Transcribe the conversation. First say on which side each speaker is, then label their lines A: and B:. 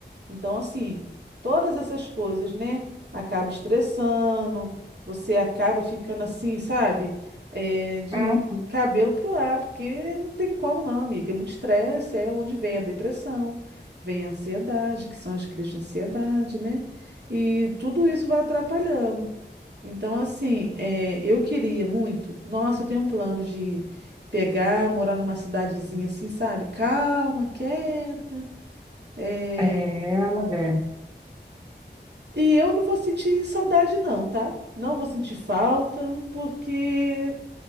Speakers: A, on the right (about 65°); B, on the right (about 25°).
A: Então, assim, todas essas coisas, né? Acaba estressando, você acaba ficando assim, sabe? É, de
B: Hum,
A: cabelo pro ar, porque não tem como não, amiga. É muito estresse, é onde vem a depressão, vem a ansiedade, que são as crises de ansiedade, né? E tudo isso vai atrapalhando. Então, assim, é, eu queria muito. Nossa, eu tenho um plano de pegar, morar numa cidadezinha assim, sabe? Calma, quieta. eh,
B: é, mulher.
A: E eu não vou sentir saudade, não, tá? Não vou sentir falta, porque